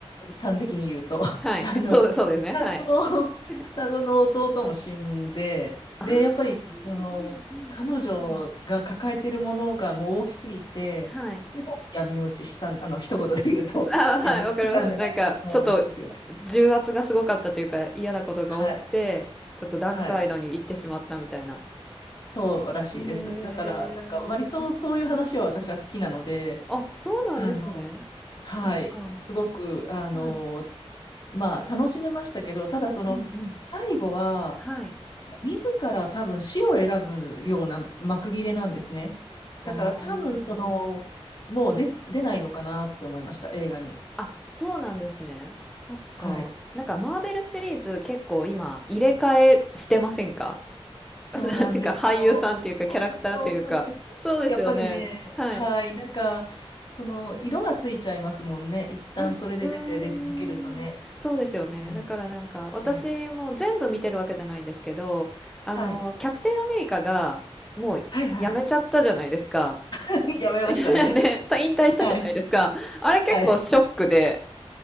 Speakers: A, on the left (about 45°); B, in the centre.
A: 端的に言うと、<laughs>
B: はい。
A: あの、
B: そうそうですね。
A: 双子の、
B: はい。
A: <laughs>
B: <laughs>
A: 双子の弟も死んで、で、
B: あ
A: やっぱり、その、
B: あ、うんうんうんうん。
A: 彼女が抱えてるものがもう大きすぎて、
B: はい。
A: で、多分闇落ちしたん、あの、一言で言うと、
B: ああ、
A: <laughs>
B: はい、
A: 闇落ちしたんじゃないかと思うんですよね。
B: わかります。なんか、ちょっと、重圧がすごかったというか、嫌なことが多くて、
A: はい。
B: ちょっとダークサイドに行ってしまったみたいな。
A: はい。そうらしいです。
B: へえ。
A: だから、なんか割とそういう話は私は好きなので、
B: あ、そうなんですね。
A: あの、はい、
B: そっか。
A: すごく、あの、
B: はい。
A: まあ楽しめましたけど、ただその、
B: うんうんんうん。
A: 最後は、
B: はい。
A: 自ら多分死を選ぶような幕切れなんですね。
B: ああ。
A: だから多分その、もう出、出ないのかなって思いました、映画に。
B: あ、そうなんですね。そっか。
A: はい。
B: なんかマーベルシリーズ結構今入れ替えしてませんか
A: そうなんですよ。
B: <laughs> なんていうか俳優さんっていうかキャラクターというか。
A: そうなんです。
B: そうですよね。
A: やっぱりね、
B: はい。
A: はい、なんか、その、色がついちゃいますもんね。一旦それで出て、
B: うん。
A: 出続けるとね。
B: うーん。そうですよね。
A: うん、
B: だからなんか私も全部見てるわけじゃないんですけど、
A: はい。
B: あの、
A: はい。
B: キャプテンアメリカがもうやめちゃったじゃないですか。
A: はい、はい。<laughs> やめましたね。
B: <laughs> いやね、た引退したじゃないですか。
A: はい。
B: あれ結構ショックで、
A: はい。